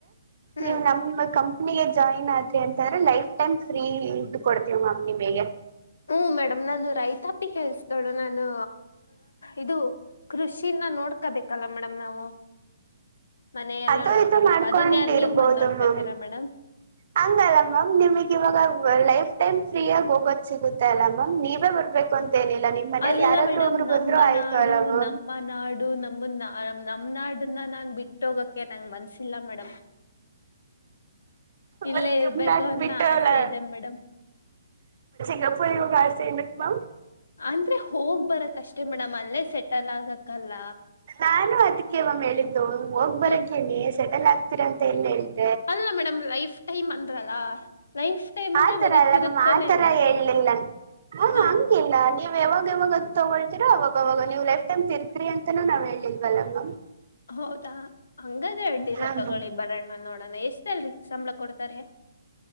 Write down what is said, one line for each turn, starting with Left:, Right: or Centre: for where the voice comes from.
Left: ಹ್ಮ್
Right: ನೀವು ನಮ್ಮ. ಕಂಪನಿಗೆ ಜಾಯಿನ್ ಆದ್ರಿ ಅಂತಂದ್ರೆ ಲೈಫ್ ಟೈಮ್ ಫ್ರೀ ಇದ ಕೊಡ್ತೀವಿ ಮ್ಯಾಮ್ ನಿಮಗೆ.
Left: ಹ್ಮ ಮೇಡಮ್ ನಾನು ರೈತಾಪ್ಪಿ ಕೆಳ್ಸದೋಳು ನಾನು ಇದು. ಕೃಷಿನ ನೋಡ್ಕಬೇಕಲ್ಲ ಮೇಡಮ್ ನಾವು. ಮನಯೇಲ್ಲಾ
Right: ಅದು
Left: ನೋಡ್ಕೋಬೇಕು
Right: ಇದು ಮಾಡ್ಕೊಂಡಿರ್ಬೋದು
Left: ಅದನ್ ಯಾರು ನೀವ್ ಬಂದ್ ನೋಡ್ಕೊತೀರಾ
Right: ಮ್ಯಾಮ್
Left: ಮೇಡಮ್.
Right: ಹಂಗಲ್ಲ ಮ್ಯಾಮ್ ನಿಮಗೆ ಇವಾಗ ಲೈಫ್ ಟೈಮ್ ಫ್ರೀಹಾಗಿ ಹೋಗೋದು ಸಿಗುತ್ತೆ ಅಲ್ಲ ಮ್ಯಾಮ್ ನೀವೇ ಬರ್ಬೇಕ. ಕುಂತೇನಿಲ್ಲ ನಿಮ್ಮ್ ಮನಲಿ
Left: ಅಲ್ಲ
Right: ಯಾರಾದ್ರೂ
Left: ಮೇಡಮ್
Right: ಒಬ್ರು
Left: ನಮ್ಮ
Right: ಬಂದ್ರು ಆಯ್ತು
Left: ನಾಡು
Right: ಅಲ್ವಾ
Left: ನಮ್ಮ ನಾಡು ನಮನ್ನ ನಮ್ ನಾಡನ್ನ ನಾನ್ ಬಿಟ್ಟು ಹೋಗೋಕೆ ಮನ್ಸಿಲ್ಲ ಮೇಡಮ್. ಇಲ್ಲೇ
Right: ಮತ್ತ
Left: ಇರ್ಬೇಕು
Right: ನಿಮ್ಮ
Left: ಅನ್ನೋ
Right: ಬಿಟ್ಟು ಹೋಗ್ಲಾ.
Left: ಆಸೆ ಇದೆ ಮೇಡಮ್
Right: <unintelligible>
Left: ಅಂದ್ರೆ ಹೋಗ್ ಬರಕ್ ಅಷ್ಟೇ ಮೇಡಮ್ ಅಲ್ಲೇ ಸೆಟಲ್ ಆಗಕಲ್ಲ.
Right: ನಾನು ಅದಕ್ಕೆ ಮ್ಯಾಮ್ ಹೇಳಿದ್ದು ಹೋಗ್ ಬರಕ್ಕೇನೇ
Left: ಹ್ಮ್
Right: ಸೆಟಲ್ ಆಗ್ತೀರಾ ಅಂತ ಎಲ್ಲಿ ಹೇಳಿದೆ.
Left: ಅಲ್ಲ ಮೇಡಮ್ ಲೈಫ್ ಟೈಮ್ ಅಂದ್ರಲ್ಲ ಲೈಫ್. ಟೈಮ್ ಅಂದ್ರೆ
Right: ಆತರ
Left: ಬರೀ
Right: ಅಲ್ಲ
Left: ತಿರುಗ್ತಾನೆ
Right: ಮ್ಯಾಮ್ ಆತರ
Left: ಇರ್ಬೇಕು
Right: ಹೇಳ್ಲಿಲ್ಲ ಹ್ಮ್
Left: ಹಾ
Right: ಹಂಗಿಲ್ಲ ನೀ. ಯಾವಾಗ ಯಾವಾಗ ತಗೊಳ್ತಿರೋ ಅವಾಗವಾಗ ನೀವು ಲೈಫ ಟೈಮ್ ತಿರ್ಕ್ರಿ ಅಂತಾನೂ ನಾವ್ ಹೇಳಿಲ್ವಲ್ಲ ಮ್ಯಾಮ್.
Left: ಹೌದಾ ಹಂಗಾದ ಅಡ್ಡಿಲ್ಲ
Right: ಹಾ
Left: ತಗೊಳ್ಳಿ
Right: ಮ್ಯಾಮ್
Left: ಬರಣ್ಣ ನೋಡೋಣ ಎಷ್ಟ ಅಲ್ರಿ ಸಂಬಳ ಕೊಡ್ತಾರೆ.